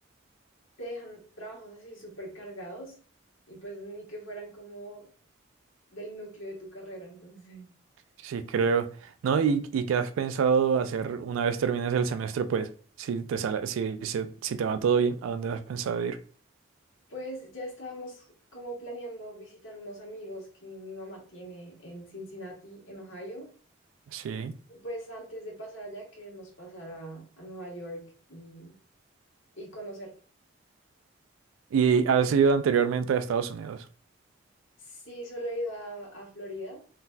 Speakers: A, on the left; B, on the right.
A: te dejan trabajos así súper cargados y pues ni que fueran como del núcleo de tu carrera. Entonces,
B: Sí, creo. ¿No? ¿Y, y qué has pensado hacer una vez termines el semestre? Pues, si te sale, si, si, si te va todo bien, ¿a dónde has pensado ir?
A: pues ya estábamos como planeando visitar unos amigos que mi, mi mamá tiene en Cincinnati, en Ohio.
B: Sí.
A: Y pues antes de pasar allá, queremos pasar a, a Nueva York y, y conocer.
B: ¿Y has ido anteriormente a Estados Unidos?
A: Sí, solo he ido a, a Florida.